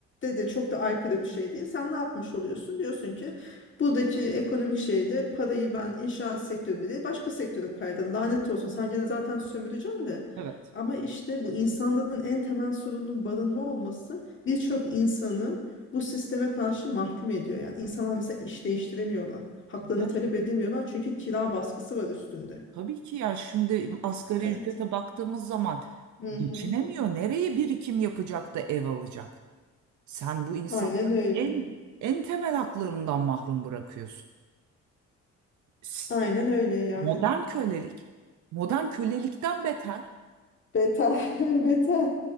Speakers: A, on the left (about 40°); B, on the right (about 70°).
A: de çok da aykırı bir şey değil. Sen ne yapmış oluyorsun? Diyorsun ki buradaki ekonomik şeyde parayı ben inşaat sektöründe değil başka sektöre kaydır. Lanet olsun sen gene zaten sömüreceksin de.
B: evet.
A: Ama işte bu insanlığın en temel sorunun barınma olması birçok insanı bu sisteme karşı mahkum ediyor. Yani insanlar mesela iş değiştiremiyorlar. Haklarını
B: Evet.
A: talep edemiyorlar çünkü kira baskısı var üstünde.
B: Tabii ki ya şimdi asgari
A: Evet.
B: ücrete baktığımız zaman
A: Hı
B: geçinemiyor.
A: hı.
B: Nereye birikim yapacak da ev alacak? Sen bu insanları
A: Aynen öyle.
B: en en temel haklarından mahrum bırakıyorsun. S-
A: Aynen öyle yani.
B: Modern kölelik, modern kölelikten beter.
A: Beter, <laughs> beter.